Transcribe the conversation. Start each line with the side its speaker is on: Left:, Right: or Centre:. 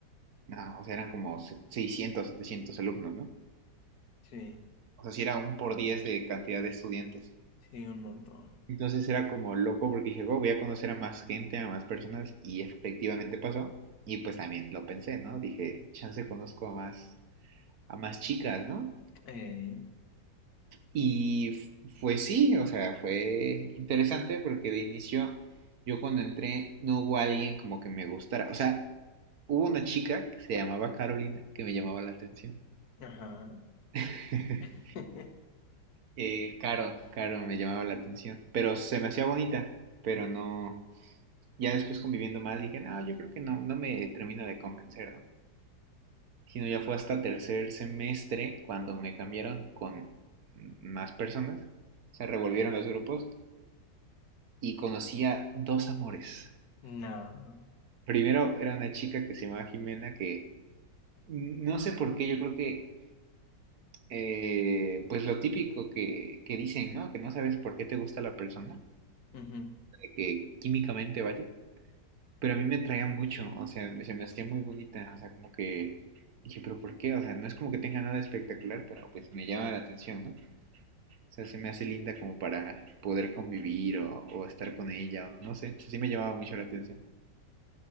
Right: no, o sea, eran como se- 600, 700 alumnos, ¿no?
Left: sí,
Right: O sea, sí era un por 10 de cantidad de estudiantes.
Left: sí, un montón.
Right: Entonces era como loco porque dije, "Wow, voy a conocer a más gente, a más personas, y efectivamente pasó. Y pues también lo pensé, ¿no? Dije, chance conozco a más, a más chicas, ¿no?
Left: Ey,
Right: Y f- fue sí, o sea, fue interesante porque de inicio yo cuando entré no hubo alguien como que me gustara. O sea, hubo una chica que se llamaba Carolina que me llamaba la atención.
Left: ajá.
Right: <laughs>
Left: <laughs>
Right: Eh, Caro, Caro me llamaba la atención, pero se me hacía bonita, pero no, Ya después conviviendo más dije, no, yo creo que no, no me termina de convencer, ¿no? Sino ya fue hasta tercer semestre cuando me cambiaron con más personas, se revolvieron los grupos y conocí a dos amores.
Left: No.
Right: Primero era una chica que se llamaba Jimena que no sé por qué, yo creo que eh, pues lo típico que, que, dicen, ¿no? Que no sabes por qué te gusta la persona,
Left: Ujú.
Right: que químicamente vaya. pero a mí me traía mucho, o sea, me- se me hacía muy bonita, o sea, como que dije, pero ¿por qué? O sea, no es como que tenga nada espectacular, pero pues me llama la atención, ¿no? O sea, se me hace linda como para poder convivir o, o estar con ella, o no sé, o sea, sí me llamaba mucho la atención.